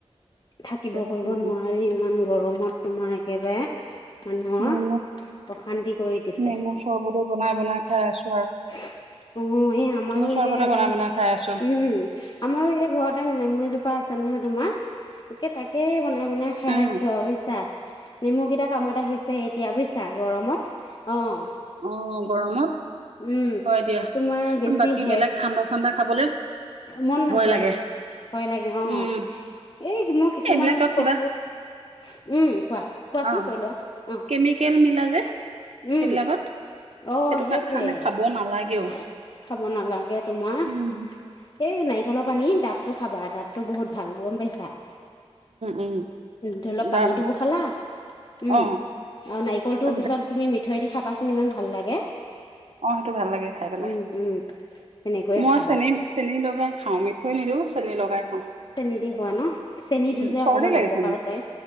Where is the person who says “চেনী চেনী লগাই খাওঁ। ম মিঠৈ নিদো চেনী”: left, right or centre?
Right